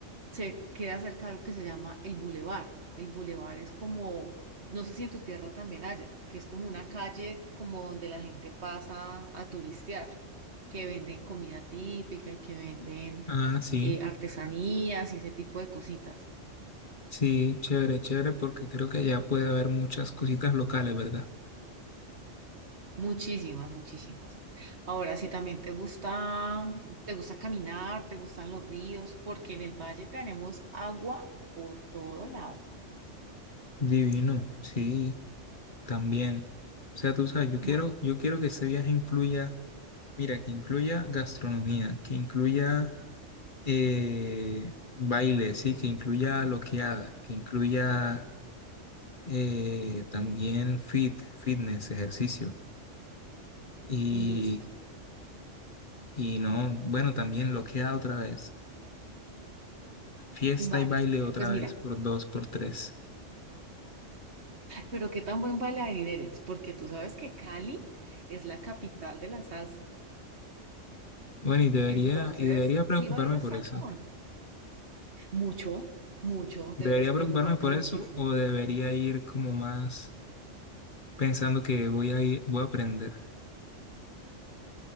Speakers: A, on the right; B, on the left.
A: se queda cerca de algo que se llama el bulevar. El bulevar es como, no sé si en tu tierra también haya, que es como una calle como donde la gente pasa a turistear, que venden comida típica y que venden
B: Ah, sí.
A: eh, artesanías y ese tipo de cositas.
B: Sí, chévere, chévere, porque creo que allá puede haber muchas cositas locales, ¿verdad?
A: Muchísimas, muchísimas. Ahora, si también te gusta, te gusta caminar, te gustan los ríos, porque en el valle tenemos agua por todo lado.
B: Divino, sí, también. O sea, tú sabes, yo
A: Bueno,
B: quiero, yo quiero que este viaje incluya, mira, que incluya gastronomía, que incluya eh, baile, sí, que incluya loqueada, que incluya eh, también fit, fitness, ejercicio. Y,
A: listo.
B: y no, bueno, también loqueada otra vez, fiesta
A: Vale,
B: y baile otra
A: pues mira.
B: vez, por dos, por tres.
A: Pero qué tan buen bailarín eres, porque tú sabes que Cali es la capital de la salsa.
B: Bueno, y debería,
A: Entonces,
B: y debería preocuparme
A: ¿sí bailas
B: por
A: salsa
B: eso.
A: o no? Mucho, mucho,
B: ¿Debería
A: deberías preocuparte
B: preocuparme por
A: muchísimo.
B: eso o debería ir como más pensando que voy a ir, voy a aprender?